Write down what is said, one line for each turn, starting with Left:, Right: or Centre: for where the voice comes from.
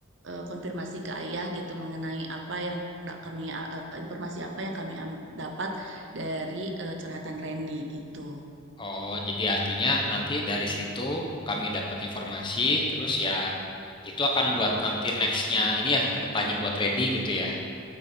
Right: eh, konfirmasi ke ayah gitu mengenai apa yang da- kami eh, eh, informasi apa yang kami am- dapat dari eh, curhatan Randy gitu.
Left: Oh, jadi artinya nanti dari situ kami dapat informasi, terus ya itu akan buat nanti nextnya ini ya kedepannya buat Randy gitu ya.